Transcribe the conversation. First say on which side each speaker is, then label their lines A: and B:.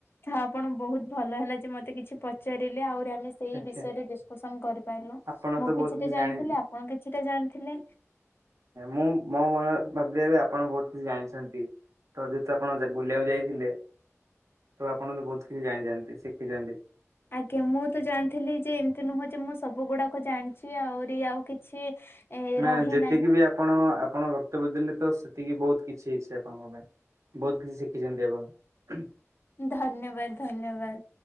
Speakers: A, on the left; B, on the right.
A: ତ ଆପଣ ବହୁତ ଭଲ ହେଲା ଯେ ମତେ କିଛି ପଚାରିଲେ ଆହୁରି ଆମେ ସେଇ
B: ଆଜ୍ଞା
A: ବିଷୟରେ ଡିସକସନ କରିପାରିଲୁ
B: ଆପଣ
A: ମୁଁ
B: ତ
A: କିଛିଟା
B: ବହୁତ କିଛି
A: ଜାଣିଥିଲି
B: ଜାଣି
A: ଆପଣ କିଛିଟା ଜାଣିଥିଲେ।
B: ମୁଁ ମୋ ମନ ଭାବି ଭାବି ଆପଣ ବହୁତ କିଛି ଜାଣିଛନ୍ତି। ତ ଯେହେତୁ ଆପଣ ବୁଲିବାକୁ ଯାଇଥିଲେ ତ ଆପଣ ତ ବହୁତ କିଛି ଜାଣିଯାଆନ୍ତି ଶିଖିଯାଆନ୍ତି।
A: ଆଜ୍ଞା ମୁଁ ତ ଜାଣିଥିଲି ଯେ ଏମିତି ନୁହଁ ଯେ ମୁଁ ସବୁ ଗୁଡାକ ଜାଣିଛି ଆହୁରି ଆଉ କିଛି ଏ
B: ନା
A: ରହିନାହିଁ
B: ଯେତିକି ବି ଆପଣ ଆପଣ ବକ୍ତବ୍ୟ ଦେଲେ ତ ସେତିକି ବହୁତ କିଛି ହେଇଛି ଆପଣଙ୍କ ପାଇଁ। ବହୁତ କିଛି ଶିଖିଛନ୍ତି ଆପଣ।
A: ଧନ୍ୟବାଦ ଧନ୍ୟବାଦ।